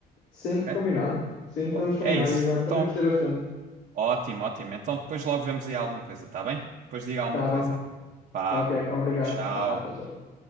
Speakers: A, on the left; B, on the right.
A: Sim,
B: Ok?
A: combinado. Sim,
B: Bom,
A: podemos combinar
B: é isso.
A: e olha,
B: Então,
A: também gostei bastante.
B: ótimo, ótimo. Então depois logo vemos aí alguma coisa, tá bem? Depois diga alguma
A: Tá
B: coisa.
A: bom.
B: Pá,
A: Ok, obrigado.
B: tchau.
A: Ah, tchau, tchau.